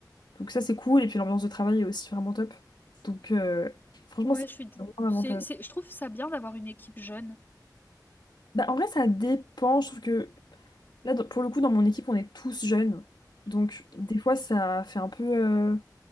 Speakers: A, on the left; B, on the left.
A: Donc ça c'est cool et puis l'ambiance de travail est aussi vraiment top. Donc euh, franchement
B: Ouais,
A: ça,
B: je
A: c'est
B: suis... d-
A: vraiment un
B: c'est,
A: avantage.
B: c'est- Je trouve ça bien d'avoir une équipe jeune.
A: Bah en vrai ça dépend, je trouve que là dans- pour le coup dans mon équipe on est tous jeunes. Donc des fois ça fait un peu... euh,